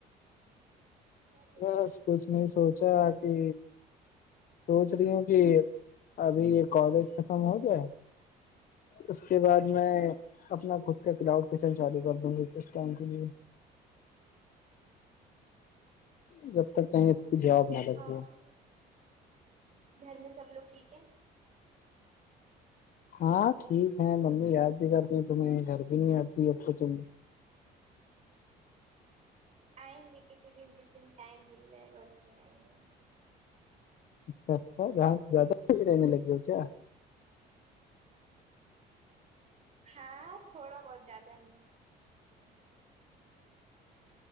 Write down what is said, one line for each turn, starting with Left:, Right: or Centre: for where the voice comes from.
Right: کیا کر
Left: بس
Right: رہی ہے اپنے
Left: کچھ
Right: کریئر
Left: نہیں
Right: میں
Left: سوچا کہ سوچ رہی ہوں کہ ابھی یہ کالج ختم ہو جائے اس کے بعد میں اپنا خود کا کلاؤڈ کچن چالو کر دوں گا کچھ ٹائم کے لیے جب
Right: اچھا
Left: تک کہیں اچھی جاب نہ لگ
Right: اور
Left: جائے
Right: گھر میں سب لوگ ٹھیک ہے
Left: ہاں ٹھیک ہے ممی یاد بھی کرتی تمہیں گھر بھی نہیں آتی اب تو تم
Right: آئیں گے کسی دن جس دن ٹائم مل جائے گا اس دن آئیں گے
Left: اچھا اچھا جہاں زیادہ بزی رہنے لگے ہو کیا
Right: ہاں تھوڑا بہت زیادہ نہیں